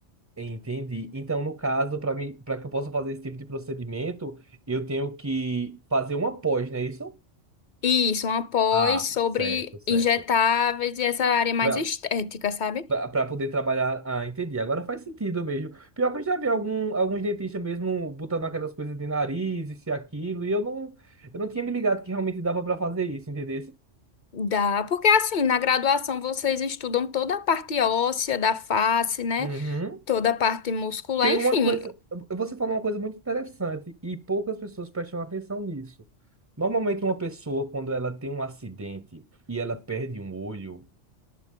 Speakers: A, on the right (about 20°); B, on the left (about 45°).
A: Entendi. Então, no caso, para mim, para que eu possa fazer esse tipo de procedimento, eu tenho que fazer uma pós, não é isso?
B: Isso, uma pós
A: Ah,
B: sobre
A: certo, certo.
B: injetáveis e essa área mais
A: Pra-
B: estética, sabe?
A: pra pra poder trabalhar. Ah, entendi. Agora faz sentido mesmo. Pior que eu já vi algum, alguns dentistas mesmo botando aquelas coisas de nariz, isso e aquilo, e eu não, eu não tinha me ligado que realmente dava pra fazer isso, entendeu?
B: Dá, porque assim, na graduação vocês estudam toda a parte óssea da face, né?
A: Uhum.
B: Toda a parte muscular,
A: Tem
B: enfim.
A: uma coisa, você falou uma coisa muito interessante e poucas pessoas prestam atenção nisso. Normalmente uma pessoa, quando ela tem um acidente e ela perde um olho,